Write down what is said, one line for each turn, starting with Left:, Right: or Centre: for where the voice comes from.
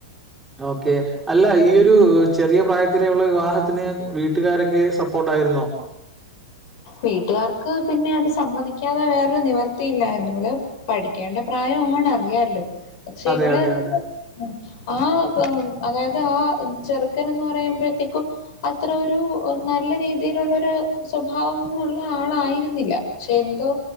Centre: ഓക്കെ അല്ല ഈയൊരു ചെറിയ പ്രായത്തിലേുള്ള വിവാഹത്തിന് വീട്ടുകാരൊക്കെ സപ്പോട്ടായിരുന്നോ
Left: വീട്ടുകാർക്ക് പിന്നെ അത് സമ്മതിക്കാതെ വേറൊരു നിവർത്തില്ലായിരുന്നു ഇവള് പഠിക്കേണ്ട പ്രായാണ് അറിയാലോ പക്ഷെ
Centre: അതെ
Left: ഇവള്
Centre: അതെ
Left: എന്തോ
Centre: അതെ.
Left: ആഹ് അതായത് ആഹ് ചെറുക്കൻ എന്ന് പറയുമ്പോഴത്തേക്കും അത്ര ഒരു നല്ല രീതിയിലുള്ളരു സ്വഭ ഭാവന്നും ഉള്ള ആളായിരുന്നില്ല പക്ഷെ എന്തോ